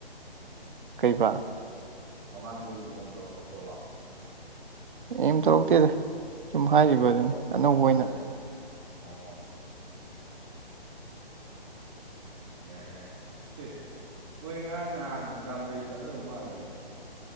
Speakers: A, on the right (about 55°); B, on the right (about 30°).
A: ꯀꯩꯕ
B: ꯃꯃꯥꯡꯗꯒꯤ ꯑꯦꯝ ꯇꯧꯔꯛꯄ ꯄꯣꯠꯂꯣ
A: ꯑ ꯇꯧꯔꯛꯇꯦꯗ ꯁꯨꯝ ꯍꯥꯏꯔꯤꯕꯗꯨꯅꯤ
B: ꯑꯣ
A: ꯑꯅꯧꯕ ꯑꯣꯏꯅ
B: ꯍꯟꯗꯛꯀꯤ ꯑꯣ ꯌꯥꯏ ꯌꯥꯏ ꯑꯦ ꯃꯣꯏ ꯉꯔꯥꯡ ꯅꯍꯥꯟ ꯔꯥꯝꯔꯩ ꯆꯠꯅꯔꯨ ꯃꯥꯜꯂꯦꯅꯦ